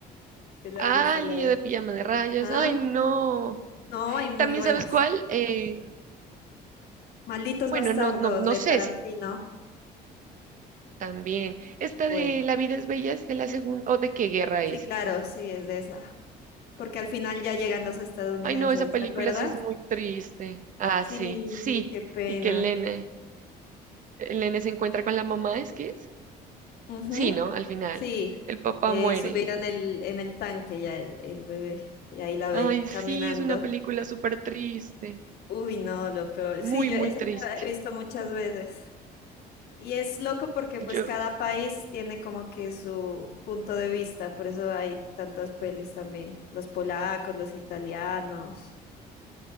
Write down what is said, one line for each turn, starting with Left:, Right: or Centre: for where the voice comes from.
Left: ¿te la
Right: Ah,
Left: has visto?
Right: el
Left: La
Right: niño
Left: de...
Right: de pijama de rayas.
Left: Ajá.
Right: Ay, no.
Left: No, hay muy
Right: También,
Left: buenas.
Right: ¿sabes cuál? Eh,
Left: Malditos
Right: bueno,
Left: bastardos
Right: no, no, no
Left: de
Right: sé
Left: Tarantino.
Right: si también. Esta
Left: Bueno,
Right: de La vida es bella es de la segunda, o de qué guerra
Left: sí,
Right: es.
Left: claro, sí, es de esa. Porque al final ya llegan los estadounidenses,
Right: Ay, no, esa película
Left: ¿te acuerdas?
Right: sí es muy triste. Ah,
Left: Sí,
Right: sí, sí.
Left: qué pena.
Right: Y que el nene, el nene se encuentra con la mamá, ¿es que es?
Left: Ujú,
Right: Sí, ¿no? Al final.
Left: Sí,
Right: El papá
Left: eh,
Right: muere.
Left: subida en el, en el tanque ya el, el bebé, y ahí la ve
Right: Ay,
Left: caminando.
Right: sí, es una película súper triste.
Left: Uy, no, lo peor.
Right: Muy,
Left: Sí, yo
Right: muy
Left: esa
Right: triste.
Left: la he visto muchas veces. Y es loco porque
Right: Yo,
Left: pues cada país tiene como que su punto de vista, por eso hay tantas pelis también. Los polacos, los italianos,